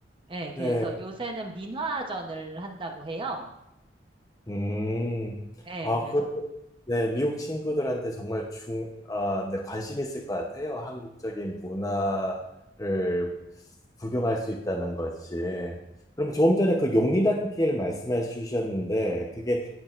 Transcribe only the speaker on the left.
네,
음,
아,
그, 네, 미국 친구들한테 정말 중, 아, 네, 관심 있을 것 같아요. 한국적인 문화를 구경할 수 있다는 것이. 그럼 조금 전에 그 용리단길 말씀해 주셨는데, 그게